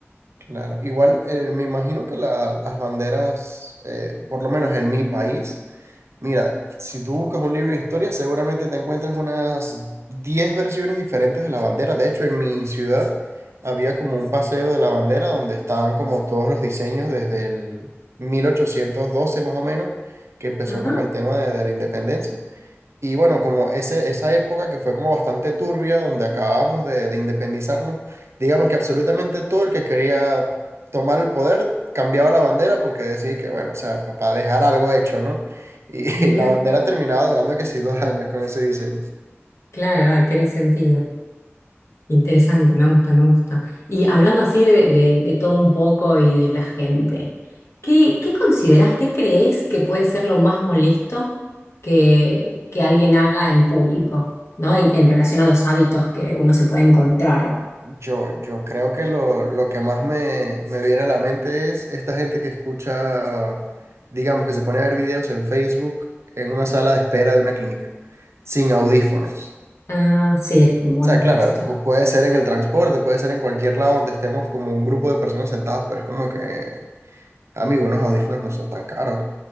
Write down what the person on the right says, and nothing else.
claro. Igual, eh, me imagino que la- las banderas, eh, por lo menos en mi país, Mira, si tú buscas un libro de historia, seguramente te encuentras unas 10 versiones diferentes de la bandera. De hecho, en mi ciudad había como un paseo de la bandera donde estaban como todos los diseños desde el 1812 más o menos, que empezó
como el tema de, de la independencia. Y bueno, como ese, esa época que fue como bastante turbia, donde acabábamos de, de independizarnos, digamos que absolutamente todo el que quería tomar el poder cambiaba la bandera porque decía que, bueno, o sea, para dejar algo hecho, ¿no? Y,
<laughs> y la bandera terminaba durando que sí dos años con ese diseño.
Yo, yo creo que lo, lo que más me, me viene a la mente es esta gente que escucha, digamos, que se pone a ver videos en Facebook en una sala de espera de una clínica, sin audífonos.
O sea,
claro, pu- puede ser en el transporte, puede ser en cualquier lado donde estemos como un grupo de personas sentados, pero es como que, amigo, unos audífonos no son tan caros.